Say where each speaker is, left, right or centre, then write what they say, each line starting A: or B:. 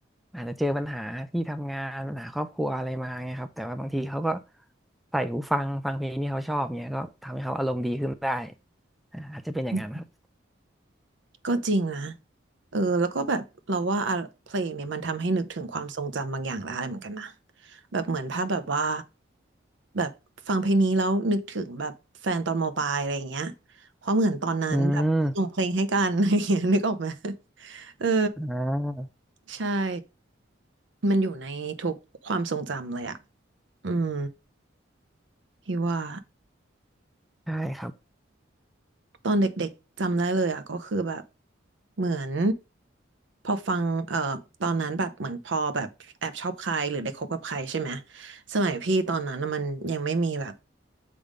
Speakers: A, in the centre; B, on the right.
A: อาจจะเจอปัญหาที่ทำงานปัญหาครอบครัวอะไรมาไงครับแต่ว่าบางทีเขาก็ใส่หูฟังฟังเพลงที่เขาชอบเนี่ยก็ทำให้เขาอารมณ์ดีขึ้นได้อ่าอาจจะเป็นอย่างนั้นครับ
B: อืมก็จริงนะเออแล้วก็แบบเราว่าอะเพลงเนี่ยมันทำให้นึกถึงความทรงจำบางอย่างได้เหมือนกันนะแบบเหมือนถ้าแบบว่าแบบฟังเพลงนี้แล้วนึกถึงแบบแฟนตอนมปลายอะไรอย่างเงี้ยเพราะเหมือนตอนนั้นแบบส่งเพลงให้กัน
A: อืม
B: <laughs> อะไรอย่างเงี้ยนึกออกไหมเออ
A: อ่า
B: ใช่ มันอยู่ในทุกความทรงจำเลยอะอืมพี่ว่า
A: ใช่ครับ
B: ตอนเด็กๆจำได้เลยอ่ะก็คือแบบเหมือนพอฟังเอ่อตอนนั้นแบบเหมือนพอแบบแอบชอบใครหรือได้คบกับใครใช่ไหมสมัยพี่ตอนนั้นน่ะมันยังไม่มีแบบ